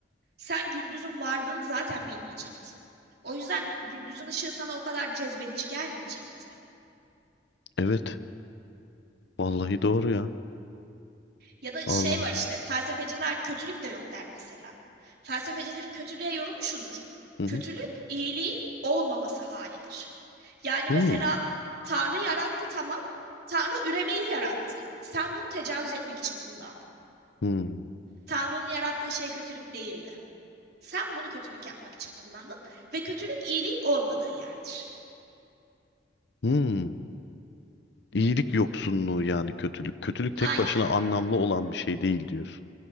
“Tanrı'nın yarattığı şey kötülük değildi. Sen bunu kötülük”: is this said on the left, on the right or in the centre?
Right